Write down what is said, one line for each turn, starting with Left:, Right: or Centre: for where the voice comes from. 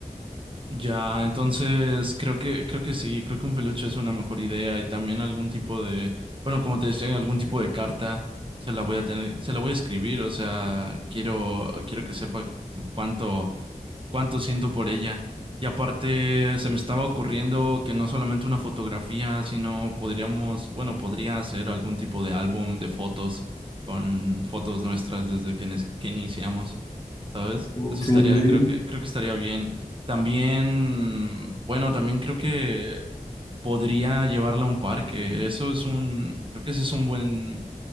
Right: Ya, entonces creo que creo que sí, creo que un peluche es una mejor idea y también algún tipo de, bueno, como te decía, algún tipo de carta se la voy a tener, se la voy a escribir, o sea, quiero quiero que sepa cu- cuánto cuánto siento por ella. Y aparte, se me estaba ocurriendo que no solamente una fotografía, sino podríamos, bueno, podría hacer algún tipo de álbum de fotos con fotos nuestras desde que, nes- que iniciamos, ¿sabes?
Left: Ujú.
Right: Eso
Left: Sí,
Right: estaría,
Left: sí,
Right: creo que, creo que estaría bien. También, bueno, también creo que podría llevarla a un parque. Eso es un, creo que ese es un buen